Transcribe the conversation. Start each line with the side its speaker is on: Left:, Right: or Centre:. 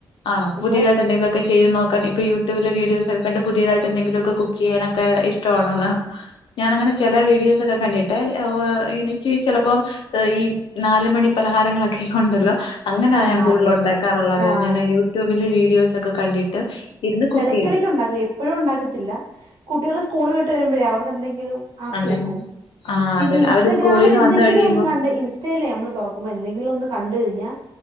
Left: ആണോ
Right: എന്തോ
Left: പുതിയതായിട്ട് എന്തെങ്കിലൊക്ക ചെയ്ത് നോക്കാ ഇപ്പ യൂടൂബിലെ വീഡിയോസ് ഒക്കെ കണ്ട് പുതിയതായിട്ട് എന്തെങ്കിലൊക്കെ കുക്ക് ചെയ്യാനൊക്കെ ഇഷ്ടവാണോന്ന് ഞാനങ്ങനെ ചെല വീഡിയോസ് ഒക്കെ കണ്ടിട്ട് ഓഹ് എനിക്ക് ചെലപ്പം ഈ നാലുമണി പലഹാരങ്ങളൊക്കെ ഒണ്ടല്ലോ അങ്ങനാ
Right: ആഹ്
Left: ഞാൻ
Right: നാല്
Left: കൂടുതലും
Right: മണിപ്പരെ
Left: ഉണ്ടാക്കാറുള്ളത്
Right: ആഹ്
Left: ഞാൻ യൂട്യൂബില് വീഡിയോസ് ഒക്കെ കണ്ടിട്ട് ഇരുന്ന് കുക്കി
Right: എടക്കിടക്ക് ഉണ്ടാക്കും എപ്പഴും ഉണ്ടാക്കത്തില്ല കുട്ടികള് സ്കൂള് വിട്ട് വരുമ്പഴേ അവർക്ക് എന്തെങ്കിലും ആക്കി
Left: അങ്ങനെ
Right: വെക്കും
Left: ആ
Right: പിന്നെ
Left: അതെ
Right: ഇൻസ്റ്റാഗ്രാമിൽ
Left: അവര് സ്കൂളിൽ നിന്ന്
Right: എന്തെങ്കിലും
Left: വന്ന് കഴിയുമ്പം
Right: ഒന്ന് കണ്ട ഇൻസ്റ്റയിലേ നമ്മള് തുറക്കുമ്പോ എന്തെങ്കിലും ഒന്ന് കണ്ട് കഴിഞ്ഞാൽ